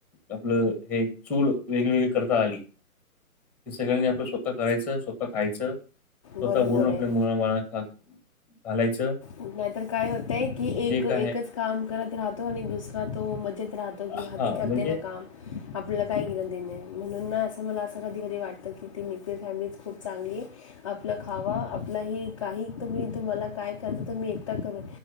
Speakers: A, in the centre; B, on the left.
A: आपलं हे चूंल वेगळी वेगळी करतां आली. हे सगळ्यांनी आपणं स्वंतः करायचं स्वंतः खायचं. स्वंतः
B: बरोबर
A: बोलूंन आपल्या
B: आहे.
A: मुलां बाळांना खांयाला घांलायचं.
B: नाहीं तरं कायं होतंय की एक एकचं
A: काय आहे
B: कामं करतं राहतो आणि दुसरा तो मजेत राहतो की
A: हा
B: हां ती करते
A: म्हणजे
B: नं कामं आपल्याला कायं घेणं देणं आहं म्हणूंन नां असं मलां असं कधीं कधीं वाटतं की ती फॅमिली खूंप चांगली आहे. आपलं खावं आपलं हे कांहीं तुम्हीं तुम्हांला कायं करतां ते तूम्हीं मी एकटं करूं